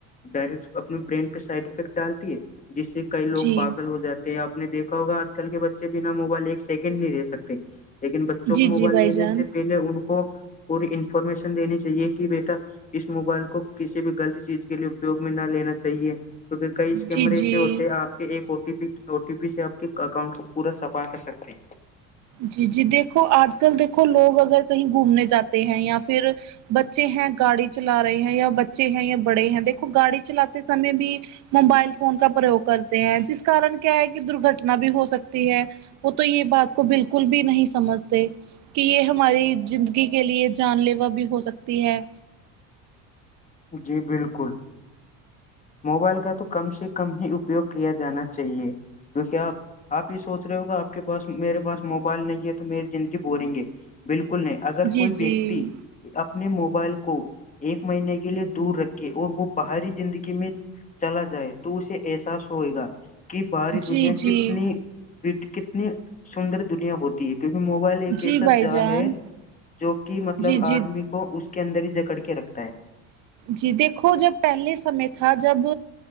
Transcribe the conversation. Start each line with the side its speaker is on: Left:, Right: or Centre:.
Left: ڈائریکٹ اپنے برین پہ سائڈ افیکٹ ڈالتی ہے جس سے کئی لوگ
Right: جی
Left: پاگل ہو جاتے ہیں اپ آپ نے دیکھا ہوا آج کل کے بچے بنا موبائل ایک سیکنڈ نہیں رہے سکتے لیکن بچوں
Right: جی
Left: کو موبائل
Right: جی بھائی
Left: دینے
Right: جان
Left: سے پہلے ان کو پوری انفارمیشن دینی چاہیے کہ بیٹا اس موبائل کو کسی بھی غلط چیز کے لیے اپیوگ میں نہ لینا چاہیے کیونکہ کئی کیمرے
Right: جی جی
Left: آپ کے ایک او ٹی پی سے اپ کے اکاؤنٹ کو پورا سفائی کر سکتے ہیں
Right: جی جی دیکھو آج کل دیکھو لوگ اگر کہیں گھومنے جاتے ہیں یا پھر بچے ہیں گاڑی چلا رہے ہیں یا بچے ہیں یا بڑے ہیں دیکھو گاڑی چلاتے سمے بھی موبائل فون کا پریوگ کرتے ہیں جس کن کیا ہے کہ درگھٹنا بھی ہو سکتی ہے وہ تو یہ بات کو بالکل بھی نہیں سمجھتے کہ یہ ہماری زندگی کے لیے جان لیوا بھی ہو سکتی ہے
Left: جی بالکل موبائل کا تو کم سے کم ہی اپیوگ کیا جانا چاہیے تو کیا آپ آپ یہ سوچ رہے ہوگا آپ کے پاس میرے پاس موبائل نہیں ہے تو میری زندگی بوریں گے بالکل نہیں اگر
Right: جی
Left: کوئی ویکتی
Right: جی
Left: اپنے موبائل کو ایک مہینے کے لئے دور رکھے اور وہ باہری زندگی میں چلا جائے تو اسے احساس ہوئے گا کی باہاری دنیا
Right: جی جی
Left: کتنی کتنی سندر دنیا ہوتی ہے کیونکہ موبائل ایک
Right: جی
Left: ایسا
Right: بھائی
Left: جال
Right: جان
Left: ہے جو کہ مطلب
Right: جی جی
Left: آدمی کو اس کے اندر ہی جکڑ کے رکھتا ہے
Right: جی دیکھو جب پہلے سمے تھا جب